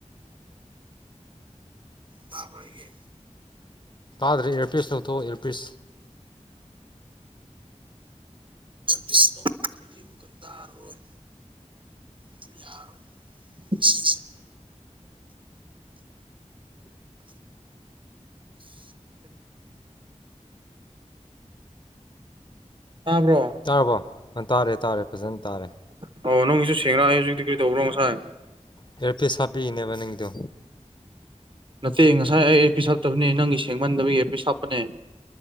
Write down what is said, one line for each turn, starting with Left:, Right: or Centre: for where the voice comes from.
Right: ꯇꯥꯕ꯭ꯔꯥ ꯑꯩꯒꯤ
Left: ꯇꯥꯗ꯭ꯔꯦ ꯏꯌꯔꯄꯤꯁ ꯂꯧꯊꯣꯛꯑꯣ ꯏꯌꯔꯄꯤꯁ
Right: ꯕꯤꯁ ꯂꯧꯊꯣꯛꯈ꯭ꯔꯗꯤ ꯑꯃꯨꯛꯀ ꯇꯥꯔꯔꯣꯏ ꯇꯨ ꯌꯥꯔꯣꯏ ꯁꯤꯁꯦ ꯇꯥꯕ꯭ꯔꯣ
Left: ꯇꯥꯔꯕꯣ ꯑ ꯇꯥꯔꯦ ꯇꯥꯔꯦ ꯐꯖꯟ ꯇꯥꯔꯦ
Right: ꯑꯣ ꯅꯪꯒꯤꯁꯨ ꯁꯦꯡꯔꯥ ꯑꯩ ꯍꯨꯖꯤꯛꯇꯤ ꯀꯔꯤ ꯇꯧꯕ꯭ꯔꯣ ꯉꯁꯥꯏ
Left: ꯑꯦꯌꯔꯄꯤꯁ ꯍꯥꯞꯄꯩꯅꯦꯕ ꯅꯪꯒꯤꯗꯣ
Right: ꯅꯠꯇꯦ ꯉꯁꯥꯏ ꯑꯩ ꯑꯦꯌꯔꯄꯤꯁ ꯍꯥꯞꯇꯕꯅꯦ ꯅꯪꯒꯤ ꯁꯦꯡꯃꯟꯗꯕꯒꯤ ꯑꯦꯌꯔꯄꯤꯁ ꯍꯥꯞꯄꯅꯦ